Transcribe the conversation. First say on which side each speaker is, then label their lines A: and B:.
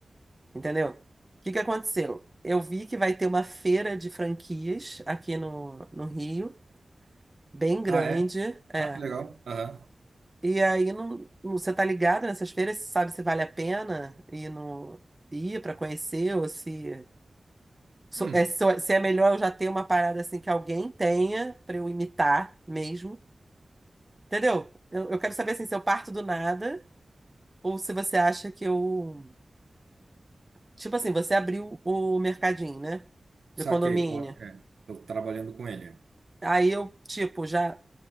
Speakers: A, on the right (about 15°); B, on the right (about 80°).
A: entendeu? O que que aconteceu? Eu vi que vai ter uma feira de franquias aqui no, no Rio, bem grande,
B: Ah, é?
A: é.
B: Ah, que legal. Aham.
A: E aí não, não- você tá ligado nessas feiras, você sabe se vale a pena ir no ir para conhecer ou se so-
B: Hum,
A: é, so- se é melhor eu já ter uma parada assim que alguém tenha para eu imitar mesmo. Entendeu? Eu, eu quero saber assim, se eu parto do nada ou se você acha que eu. Tipo assim, você abriu o mercadinho, né? De
B: saquei.
A: condomínio.
B: Tô, é, tô trabalhando com ele.
A: Aí eu, tipo, já.